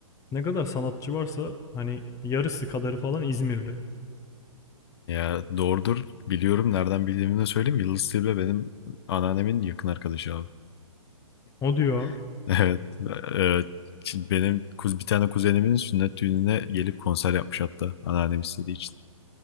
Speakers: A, on the left; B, on the left.
A: ne kadar sanatçı varsa hani yarısı kadarı falan İzmirli.
B: Ya doğrudur biliyorum nereden bildiğimi de söyleyeyim. Yıldız Tilbe benim anneannemin yakın arkadaşı abi.
A: O diyor.
B: <laughs> Evet. Evet. Şimdi benim kuz bir tane kuzenimin sünnet düğününe gelip konser yapmış hatta anneannem istediği için.